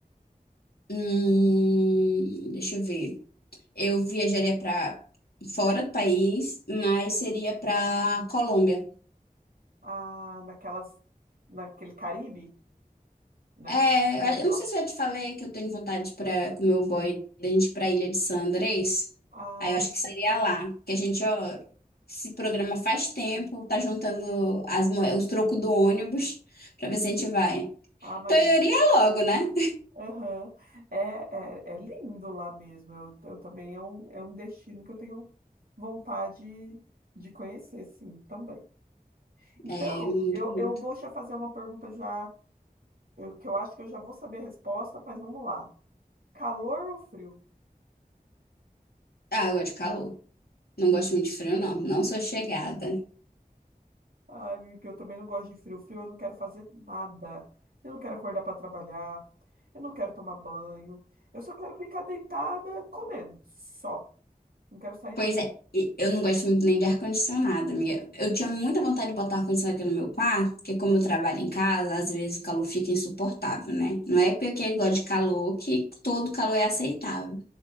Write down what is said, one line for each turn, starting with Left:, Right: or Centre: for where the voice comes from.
Left: Hum, deixa eu ver. Eu viajaria para fora do país, mas seria para Colômbia.
Right: Ah, naquelas, naquele Caribe? Naquela,
Left: É,
Right: naquela...
Left: eu não sei se eu já te falei que eu tenho vontade para com meu boy da gente ir para a Ilha de San Andrés.
Right: Ah,
Left: Aí eu acho que seria lá, que a gente ó, se programa faz tempo, tá juntando as, mo- os trocos do ônibus para
Right: <laughs>
Left: ver se a gente vai.
Right: ah, mas
Left: Então eu iria logo, né?
Right: aham. É, é, é lindo lá mesmo. Eu, eu também é um, é um destino que eu tenho vontade de conhecer, sim, também. Então,
Left: É muito
Right: eu,
Left: bonito.
Right: eu vou já fazer uma pergunta já, eu- que eu acho que eu já vou saber a resposta, mas vamos lá. Calor ou frio?
Left: Ah, eu gosto de calor. Não gosto muito de frio, não. Não sou chegada.
Right: Ai, amiga, eu também não gosto de frio. Frio eu não quero fazer nada. Eu não quero acordar para trabalhar. Eu não quero tomar banho. Eu só quero ficar deitada comendo, só. Não quero sair
Left: Pois
Right: de...
Left: é, e eu não gosto muito nem de ar-condicionado, amiga. Eu tinha muita vontade de botar ar-condicionado aqui no meu quarto, porque como eu trabalho em casa, às vezes o calor fica insuportável, né? Não é porque eu gosto de calor que todo calor é aceitável.